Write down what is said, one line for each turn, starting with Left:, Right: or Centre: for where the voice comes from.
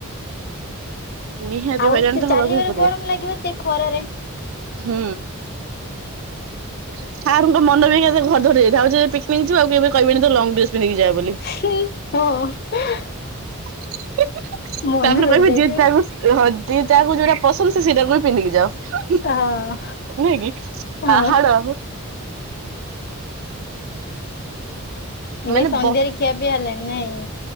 Right: ନିହାତି
Left: ଆଉ
Right: ହଇରାଣ
Left: ସେ
Right: ତ ହବାକୁ
Left: ଚାଲିବାରେ
Right: ହିଁ ପଡିବ
Left: ଗରମ ଲାଗିବ ସେ ଖରାରେ।
Right: ହୁଁ। ଆ ମନ ବି <unintelligible> ଆଉ ଯେବେ ପିକ୍ ନିକ୍ ଯିବ ଆଉ କେବେ କହିବନି ତ ଲଙ୍ଗ ଡ୍ରେସ୍ ପିନ୍ଧିକି ଯା ବୋଲି।
Left: <unintelligible> ହଁ
Right: <unintelligible>
Left: ମନେ
Right: ତାପରେ
Left: କରି
Right: କହିବେ
Left: ଯାଇଥିବେ
Right: ଯିଏ ତାକୁ ଓ ହୋ ଯିଏ ଯାହାକୁ ଯୋଉଟା ପସନ୍ଦ ସେ ସେଇଟାକୁ ବି ପିନ୍ଧିକି ଯାଅ।
Left: ହଁ
Right: ନୁହେଁ କି
Left: ହଁ
Right: ପାହାଡ଼
Left: ଦେଇ
Right: ମାନେ
Left: ସନ୍ଧ୍ୟାରେ
Right: ବ
Left: ଖିଆ ପିଆ ହେଲାଣି ନାଇଁ?